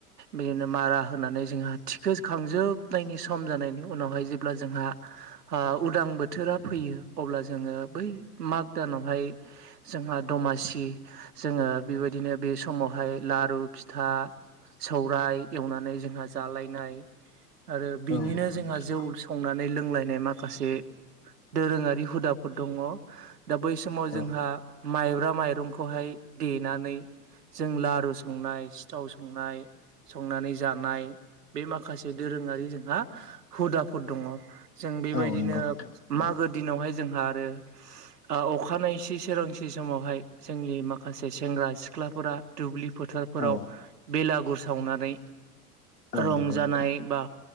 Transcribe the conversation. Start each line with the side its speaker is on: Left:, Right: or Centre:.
Right: बिदिनो मारा होनानै जोंहा थिखो खांजोबनायनि सम जानायनि उनावहाय जे अब्ला जोंहा ओ उदां बोथोरा फैयो अब्ला जोङो बै माघ दानावहाय जोंहा दमासि जोङो बेबायदिनो बे समावहाय लारु फिथा सौराइ एवनानै जोंहा जालायनाय आरो बिनिनो
Left: औ नंगौ
Right: जोंहा
Left: नोंथां
Right: जौ संनानै लोंलायनाइ माखासे दोरोङारि हुदाफोर दङ' दा बै समाव जोंहा
Left: औ
Right: माइब्रा माइरंखौहाय देनानै जों लारु संनाय सिथाव संनाय संनानै जानाय बे माखासे दोरोङारि जोंहा हुदा फोर दङ जों बेबायदिनो
Left: औ नंगौ नोंथां औ
Right: मागो दिनावहाय जोंहा आरो अखानाय सि सोरांसि समावहाय जोंनि माखासे सेंग्रा सिख्लाफोरा दुब्लि फोथारफोराव
Left: औ
Right: बेलागुर सावनानै
Left: औ
Right: रंजानाय
Left: नंगौ नोंथां
Right: बा